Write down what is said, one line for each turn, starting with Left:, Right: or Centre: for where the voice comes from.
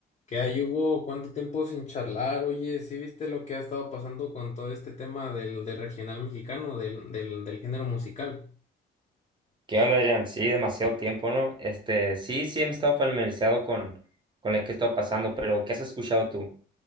Left: Que ahí Hugo cuánto tiempo sin charlar, oye, ¿sí viste lo que ha estado pasando con todo este tema del, del regional mexicano, del, del, del género musical?
Right: ¿Qué onda, Adrián? Sí, demasiado tiempo, ¿no? Este, sí, sí, he estado familiarizado con, con lo que he estado pasando, pero ¿qué has escuchado tú?